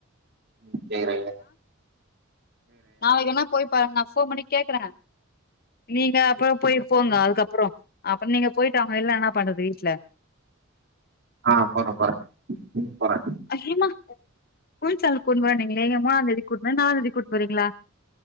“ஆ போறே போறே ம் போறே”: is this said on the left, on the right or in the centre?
Right